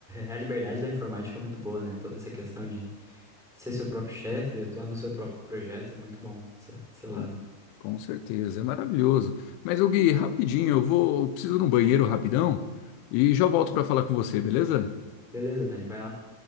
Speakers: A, in the centre; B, on the left.
A: A liberdade da informática é muito boa, né? Toda essa questão de ser seu próprio chefe, atuar no seu próprio projeto é muito bom, essa, esse lado.
B: Com, com certeza. É maravilhoso. Mas, ô Gui, rapidinho, eu vou, eu preciso ir no banheiro rapidão e já volto para falar com você, beleza?
A: Beleza, Dani, vai lá.